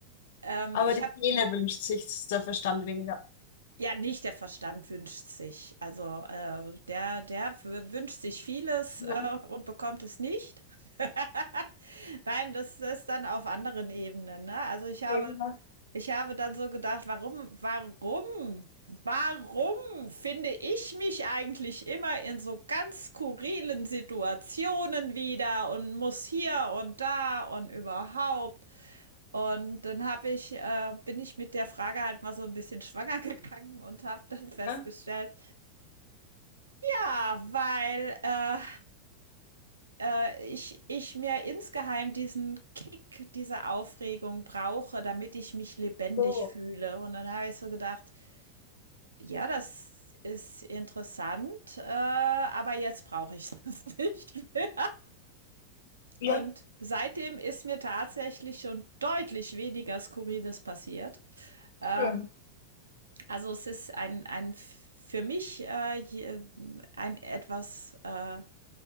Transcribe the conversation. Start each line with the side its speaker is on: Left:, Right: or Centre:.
Right: Ähm,
Left: Aber
Right: ich
Left: die
Right: habe
Left: Seele wünscht sich der Verstand weniger.
Right: ja, nicht der Verstand wünscht sich. Also, äh, der der w wünscht sich vieles,
Left: Ja,
Right: äh, und bekommt es nicht. <laughs> Nein, das ist dann auf anderen Ebenen, ne? Also, ich habe
Left: sehr gemacht.
Right: Ich habe dann so gedacht, warum, warum, warum finde ich mich eigentlich immer in so ganz skurrilen Situationen wieder und muss hier und da und überhaupt? Und dann habe ich, äh, bin ich mit der Frage halt mal so ein bisschen schwanger <laughs> gegangen und habe dann festgestellt,
Left: Ja,
Right: ja, weil, äh, äh, ich ich mir insgeheim diesen Kick, diese Aufregung brauche, damit ich mich lebendig
Left: so.
Right: fühle. Und dann habe ich so gedacht: Ja, das ist interessant, äh, aber jetzt brauche ich <laughs> das nicht mehr.
Left: Ja,
Right: Und seitdem ist mir tatsächlich schon deutlich weniger Skurriles passiert. Ähm,
Left: schön.
Right: also es ist ein, ein für mich äh, je- ein etwas äh,